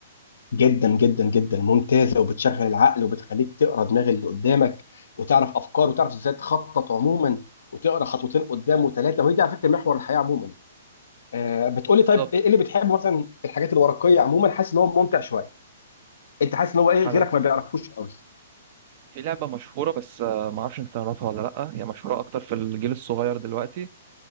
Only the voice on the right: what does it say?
بالظبط
حاجه
في لعبه مشهوره بس آه، ما اعرفش انت تعرفها ولا لا هي مشهوره اكتر في الجيل الصغير دلوقتي